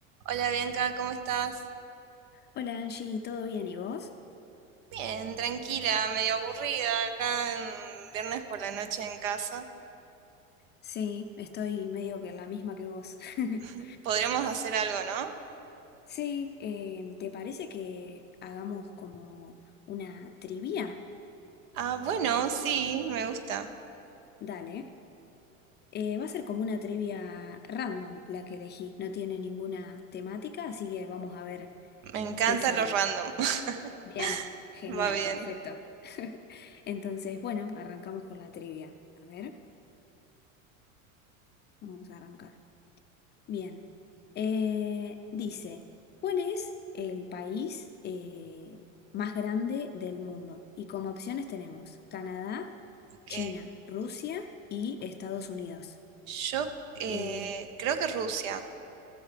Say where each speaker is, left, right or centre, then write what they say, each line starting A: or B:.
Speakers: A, on the right; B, on the left.
A: Hola Bianca, ¿cómo estás?
B: Hola Angie, ¿todo bien y vos?
A: Bien, tranquila, medio aburrida acá en viernes por la noche en casa.
B: Sí, estoy medio que la misma que vos. <laughs>
A: <laughs> Podríamos hacer algo, ¿no?
B: Sí, eh, ¿te parece que hagamos como una trivia?
A: Ah, bueno, sí, me gusta.
B: Dale. Eh, va a ser como una trivia random la que elegí. No tiene ninguna temática, así que vamos a ver
A: Me encanta
B: qué sale.
A: lo random. <laughs>
B: Bien, genial,
A: Va bien.
B: perfecto. <laughs> Entonces, bueno, arrancamos con la trivia. A ver, vamos a arrancar. Bien. Eh, dice, ¿cuál es el país eh, más grande del mundo? Y como opciones tenemos Canadá,
A: Ok.
B: China, Rusia y Estados Unidos.
A: Yo eh,
B: Eh,
A: creo que Rusia.